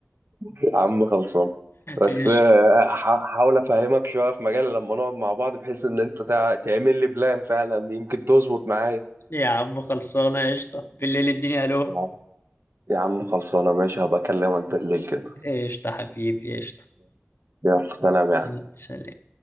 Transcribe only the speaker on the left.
ايش
يا عم خلصانة قشطة بالليل اديني الو
قشطة حبيبي قشطة
سلام